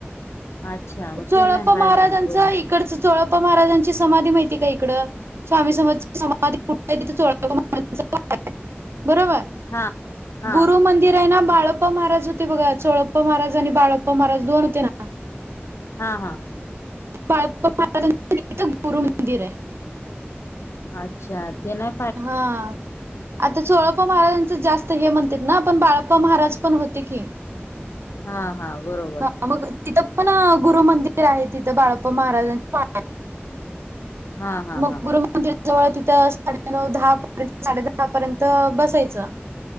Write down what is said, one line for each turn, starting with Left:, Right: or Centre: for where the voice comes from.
Left: अच्छा. मग
Right: चोळप्पा
Left: ते नाही पाहिलं
Right: महाराजांच
Left: मी गुरु
Right: इकडंच, चोळप्पा महाराजांची समाधी माहिती का इकडं? स्वामी समर्थांची समाधी कुठं आहे, तिथ चोळप्पा महाराजांचा पण आहे. बरोबर?
Left: हा हा
Right: <unintelligible> गुरु मंदिर आहे ना, बाळ प्पा महाराज होते बघा. चोळप्पा महाराज आणि बाळप्पा महाराज दोन होते ना.
Left: हा हा.
Right: बाळाप्पा महाराजांच्या तिथं गुरु मंदिर आहे. <unintelligible>
Left: अच्छा. ते ना
Right: हा. आता चोळाप्पा महाराजांच जास्त आता हे म्हणतेत ना, पण बाळप्पा महाराज पण होते की.
Left: हा हा बरोबर.
Right: हां मग, तिथं पण गुरु मंदिर आहे. तिथं बाळप्पा महाराजांच्या पा
Left: हा हा
Right: मग
Left: हा
Right: गुरुमंदिरा जवळ तिथं साडेनऊ, दहा पर्यंत साडे दहा पर्यंत बसायचं.